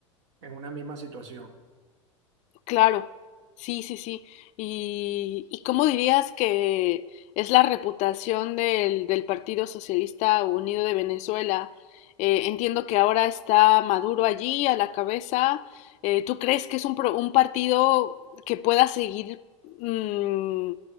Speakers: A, on the right; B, on the left.
A: en una misma situación.
B: Claro, sí, sí, sí. ¿Y, y cómo dirías que es la reputación del, del Partido Socialista Unido de Venezuela? Eh, entiendo que ahora está Maduro allí a la cabeza. Eh, ¿tú crees que es un, pro- un partido que pueda seguir mm,